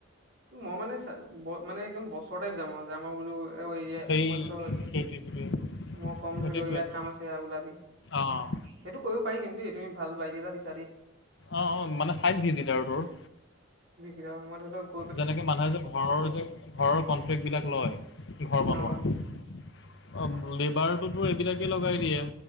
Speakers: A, on the right; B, on the left.
A: মই মানে, মানে একদম বছৰ টাইপ যাম আমাৰ বোলো <unintelligible>
B: সেই
A: মোৰ
B: সেইটোৱে সেইটোৱে
A: মই কম
B: সেইটোৱে
A: ধৰি লও
B: কৈ
A: ইয়াত
B: আছোঁ
A: কাম আছে ওলাবি।
B: অঁ
A: সেইটো কৰিব পাৰি কিন্ত দেই তুমি ভাল আইডিয়া এটা দি
B: অ', অ', মানে ছাইট ভিজিটাৰ তোৰ।
A: <unintelligible> সময়ত ধৰি লক
B: যেনেকে মানুহে যে ঘৰৰ যে ঘৰৰ কনফ্লেক্ট বিলাক লয় ঘৰ বনোৱাৰ।
A: অ',
B: অ, লেবাৰটোতো এইবিলাকে লগাই দিয়ে।